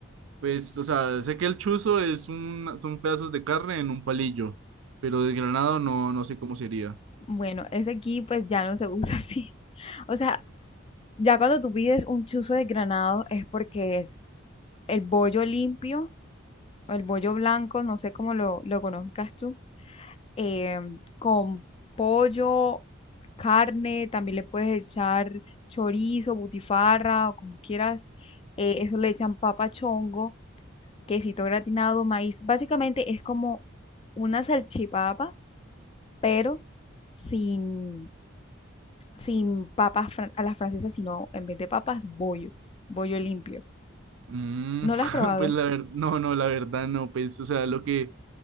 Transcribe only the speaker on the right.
Pues, o sea, sé que el chuzo es un, son pedazos de carne en un palillo, pero desgranado no, no sé cómo sería.
Mm,
<laughs>
pues la verdad, no, no, la verdad no, pues, o sea, lo que,